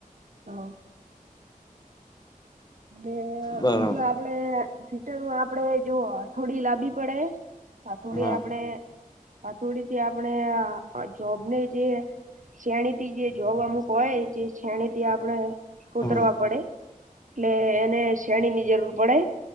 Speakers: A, on the right; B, on the left.
A: <inaudible> અને
B: બરાબર
A: બીજું આપડે સ્વીટર. આપડે જો આ થોડી લાંબી પડે થોડી
B: હા
A: આપણે હથોડીથી આપણે જોબને જે શેણી. થીજે જોબ અમુક હોય જે છેણીથી આપણે કોતરવા
B: હા
A: પડે. એટલે એને શેણીની જરૂર પડે